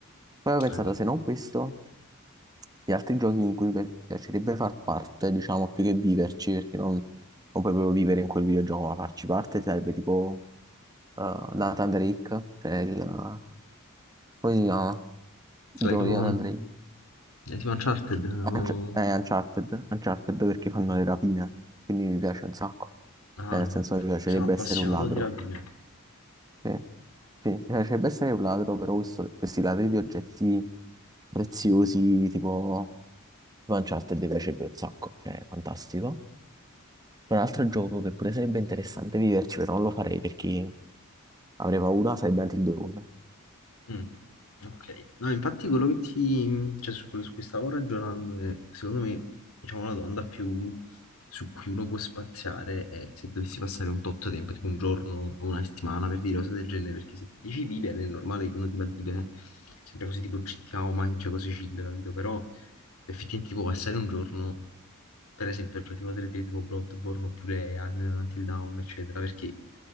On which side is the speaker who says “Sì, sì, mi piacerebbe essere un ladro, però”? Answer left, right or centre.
Right